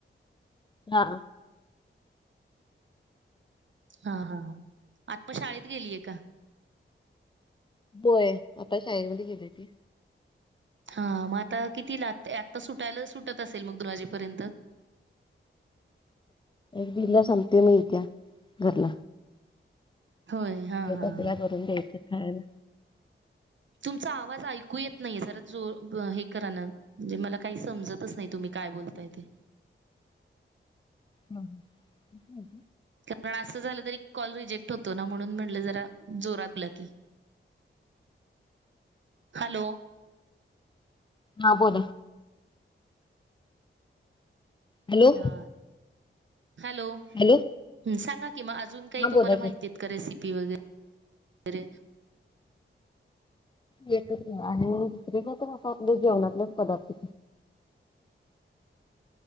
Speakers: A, on the left (about 25°); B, on the right (about 65°).
A: हा
B: हा हा आता पण शाळेत गेलीय का?
A: होय आता शाळेमध्ये गेली ती.
B: हा मग आता कितीला आत्ता सुटायला सुटत असेल मग दोन वाजेपर्यंत
A: एक दीडला संपते मग येत्या घरला
B: होय हा
A: काही
B: हा
A: तर तिला
B: हा
A: करून द्यायचं खायला.
B: तुमचा आवाज ऐकू ऐकू येत नाही जरा जो हे करा नां, म्हणजे मला काही समजतच नाही तुम्ही काय बोलताय ते?
A: हम ह
B: कारण असं झालं तरी कॉल रिजेक्ट होतो ना म्हणून म्हटलं जरा जोरातला बोला की, हॅलो
A: हा बोला हॅलो
B: हा हॅलो‌
A: हॅलो
B: सांगा मग अजून काही
A: हा
B: तुम्हाला
A: बोला की
B: माहिती आहेत का रेसिपी वगैरेै
A: येतंय की आणि दुसरी मग आपली असं आपल्या जेवणातल्याच पदार्थ